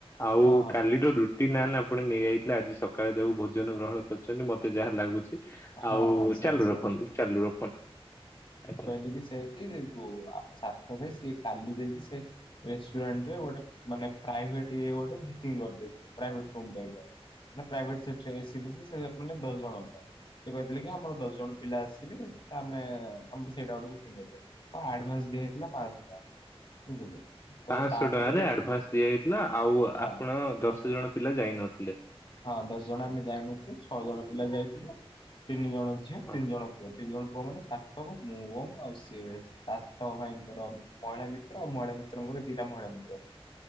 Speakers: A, on the left; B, on the left.
A: ଆଉ
B: ହଁ
A: ଏଡ୍ରୋ ରୁଟି ନା ଆପଣ ନେଇଯାଇଥିଲେ ଆଜି ସକାଳେ ଯୋଉଭୋନ ଗ୍ରହଣ କରଚନ୍ତି ମତେ ଯାହା ଲାଗୁଚ୍
B: ହଁ
A: ଆଉ
B: ହଁ ହଁ ସେଇଆ
A: ଚାଲୁ
B: ସେଇଆ
A: ରଖନ୍ତୁ ଚାଲୁ ରଖନ୍ତୁ ଆଜ୍ଞା।
B: ଟିକେ ସେକି ଦେ ଯୋ ଆପ ସାତ ପାଇଁ ସିଏ କାଲି ଯାଇକି ସେ ରେସୁଆଣ୍ଡ ର ଗୋଟେ ମାନେ ପ୍ରାଇଭେଟ ଇଏ ଗୋଟେ ବୁକିଂ କରିଦେଇଥିବ ପ୍ରାଭେଟ୍‌ ରୁମ୍ ପାଇବ। ନା ପ୍ରାଇଭେଟ ସେଟ ଏସି ବିସି ସେ ମାନ ଦଶ ଜଣଙ୍କ ପାଇଁ। ସେ କହିଥିଲେ କି ଆମର ଦଶ ଜଣ ପିଲା ଆସିବେ ତ ଆମେ ଆମର ସେଇଟା ଗୋଟେ ବୁକିଂ କରିଦୀୟ। ହଁ ଆଡଭାନ୍ସ ଦିଆ ହେଇଥିଲା ପାଞ୍ଚଶହ ଟଙ୍କା। ବୁଝିଲେ? ତ
A: ପାଶହ
B: ତାପରେ
A: ଟଙ୍କାରେ
B: ଯେତେ
A: ଆଡ଼ଭାନ୍ସ ଦିଆଇଥିଲା ଆଉ
B: ହଁ
A: ଆପଣ ଦଶ ଜଣ ପିଲା ଯାଇନଥିଲେ।
B: ହଁ ଦଶ ଜଣ ଆମେ ଯାଇନଥିଲୁ ଛଅ ଜଣ ପିଲା ଯାଇଥିଲୁ। ତିନି ଜଣ ଝିଅ
A: ହଁ।
B: ତିନି ଜଣ ପୁଅ ତିନି ଜଣ ପୁଅ ମାନେ ସାତକ ମୁବନ୍ ଆଉ ସିଏ। ସାତ ଭାଇଙ୍କର ମହିଳା ମିତ୍ର ଆଉ ମହିଳା ମିତ୍ରଙ୍କର ଦିଟା ମହିଳା ମିତ୍ର।